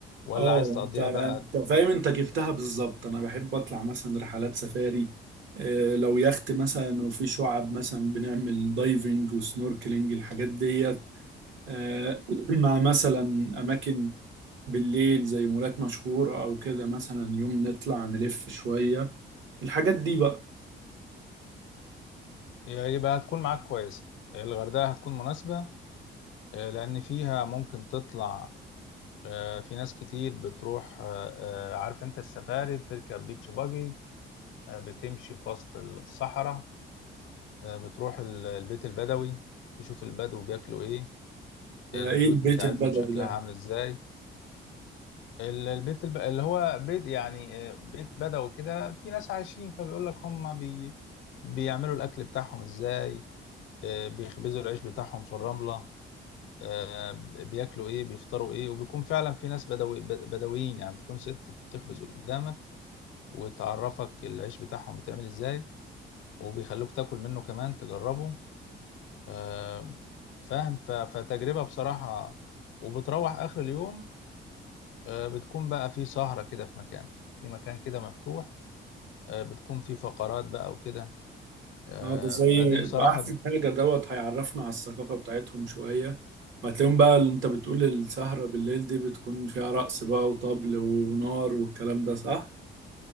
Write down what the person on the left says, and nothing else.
ولا
عايز تقضيها
بقى
يبقى هتكون معاك كويس الغردقة هتكون مناسبة آه، لأن فيها ممكن تطلع آه، في ناس كتير بتروح آه، آه، عارف انت السفاري بتركب بيتش باجي آه، بتمشي في وسط الصحراء آه، بتروح ال- البيت البدوي تشوف البدو بياكلوا ايه
البيوت
بتاعتهم
شكلها
عامل ازاي ال- البيت الب... اللي هو بيت يعني آه، بيت بدوي كده في ناس عايشين فبيقول لك هم بي... بيعملوا الاكل بتاعهم ازاي آه، بيخبزوا العيش بتاعهم في الرملة آه، بياكلوا ايه بيفطروا ايه وبيكون فعلا في ناس بدوي بدويين يعني بتكون ست بتخبز قدامك وتعرفك العيش بتاعهم بيتعمل ازاي وبيخلوك تاكل منه كمان تجربه آم، فاهم ف- فتجربة بصراحة وبتروح آخر اليوم آه، بتكون بقى في سهرة كده في مكان في مكان كده مفتوح آه، بتكون في فقرات بقى وكده آه،
فدي بصراحة